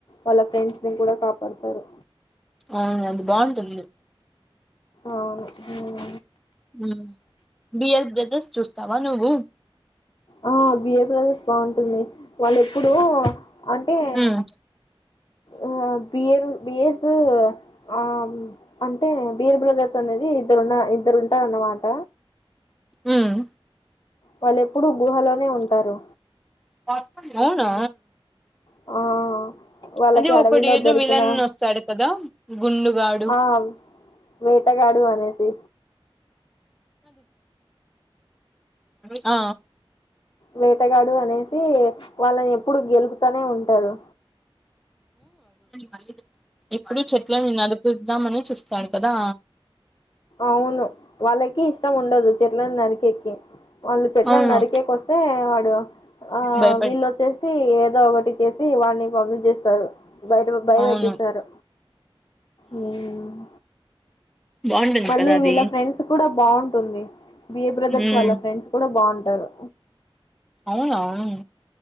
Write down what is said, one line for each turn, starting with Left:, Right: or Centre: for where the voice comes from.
Left: వాళ్ళ ఫ్రెండ్స్ ని కూడా, కాపాడుతారు.
Centre: అవును, అది బాట్టుంది.
Left: అవును, ఉమ్.
Centre: ఉమ్. బియర్ బ్రదర్స్ చూస్తావా, నువ్వు.
Left: ఆ బిఏ సె ల్ బాటుంది. వాళ్ళ ఎప్పుడూ. అంటే.
Centre: ఉమ్
Left: ఆ బియర్, బియస్, ఆ అంటే, బియర్ బ్రదర్. అనేది ఇద్దరున్న, ఇద్దరు ఉంటారు, అన్నమాట.
Centre: ఉమ్.
Left: వాళ్ళెప్పుడూ, గుహలోనే ఉంటారు.
Centre: అవున.
Left: ఆ. వాళ్ళకి
Centre: అదే
Left: అడవిలో
Centre: ఒకడు ఏదో,
Left: దొరికిన
Centre: విలన్ వస్తాడు కదా. గుండుగాడు.
Left: ఆ వేటగాడు అనేసి
Centre: ఆ.
Left: వేటగాడు, అనే. ఉమ్ వాళ్ళని ఎప్పుడు, గెలుపుతానే ఉంటడు.
Centre: అ ఎప్పుడు చెట్ల నీ నరికిద్దామని. చుస్తాడు కదా.
Left: అవును, వాళ్ళకి ఇష్టం ఉండదు, చెట్లను నరికె. ఓకే. వాళ్ళు చెట్లను
Centre: అవును
Left: నరికేపొతే, వాడు, ఆ
Centre: భయపడి
Left: వీళ్ళొచ్చేసి, ఏదో ఒకటి చేసి. <unintelligible> బయట, బయపెటిస్తారు
Centre: అవును
Left: ఉమ్.
Centre: బాగుంటుంది
Left: మళ్ళీ
Centre: కదా అది
Left: వీళ్ళ ఫ్రెండ్స్ కూడా బాటుంది, బి బ్రదర్స్
Centre: ఉమ్
Left: వాళ్ళ ఫ్రెండ్స్ కూడా బాటరు,
Centre: అవునా ఉమ్